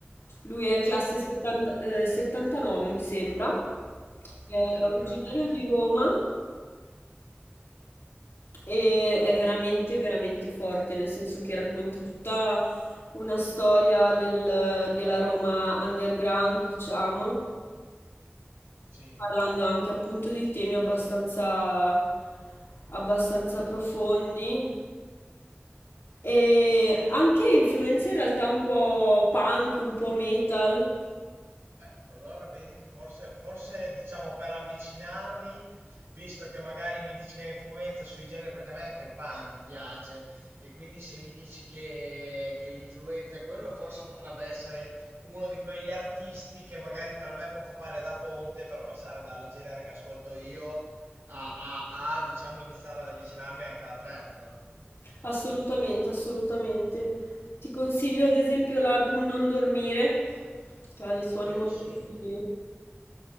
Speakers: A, on the left (about 75°); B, on the right (about 80°).
A: Lui è classe
B: Ok.
A: 70 eh, 79, mi sembra.
B: Ma porca
A: È
B: miseria,
A: originario
B: è più grande di me.
A: di Roma e è veramente, veramente forte, nel senso che racconta tutta una storia del- della Roma underground, diciamo,
B: Sì.
A: parlando anche appunto di temi abbastanza, abbastanza profondi E anche influenze in realtà un po' punk, un po' metal.
B: Ecco, allora vedi che forse, forse diciamo per avvicinarmi, visto che magari mi dici che ha influenza sui generi, perché a me anche il punk piace, e quindi se mi dici che, che l'influenza è quello, forse potrebbe essere uno di quegli artisti che magari per me può fare da ponte per passare dal genere che ascolto io a, a- a, diciamo, iniziare ad avvicinarmi anche alla trap.
A: Assolutamente, assolutamente. Ti consiglio ad esempio l'album Non dormire, che ha dei suoni
B: Me
A: molto
B: lo segno.
A: simili.